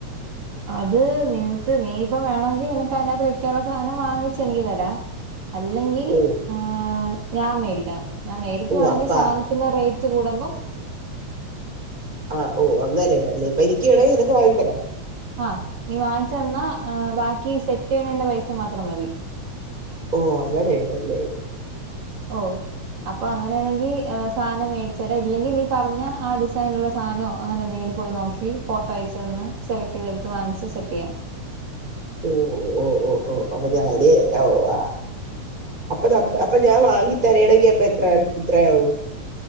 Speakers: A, on the right; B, on the right.
A: അത് നിനക്ക് നീ ഇപ്പം വേണമെങ്കി നിനക്ക് അതിനകത്ത് വെക്കാനുള്ള സാധനം വാങ്ങിച്ചനിക്ക് തരാം അല്ലെങ്കി
B: ഓ
A: ആഹ് ഞാമേടിക്കണം ഞാൻ മേടിക്കുവാണെങ്കിൽ
B: ഓ അപ്പ
A: സാധന പിന്നെ റേറ്റ് കൂടുമ്പം
B: ആഹ് ഓഹ് അങ്ങനെയേണല്ല അപ്പൊ എനിക്ക് വേണെങ്കി നിനക്ക് വാങ്ങി തരാം
A: ആഹ് നീ വാങ്ങിച്ചു തന്നാ ബാക്കി സെറ്റ് ചെയ്യണന്റെ പൈസ മാത്രം മതി
B: ഓഹ് അങ്ങനെണ്ടല്ലേ
A: ഓഹ് അപ്പൊ അങ്ങനെയാണെങ്കിൽ സാധനം മേടിച്ചരാ ഇല്ലെങ്കിൽ നീ പറഞ്ഞ ആ ഡിസൈനുള്ള സാധനോ അങ്ങനെന്തെങ്കിലും പോയി നോക്കി ഫോട്ടോ അയച്ചതന്ന് സെലക്ട്യ്തടുത്ത് വാങ്ച്ച് സെറ്റ് യാം
B: ഓഹ് ഓഹ് ഓഹ് ഓഹ് ഓഹ് അപ്പൊ ഞാന് ഓഹ് ആഹ് അപ്പൊ ന അപ്പൊ ഞാൻ വാങ്ങി തരേണെങ്കി അപ്പൊ എത്ര ത്രയാവും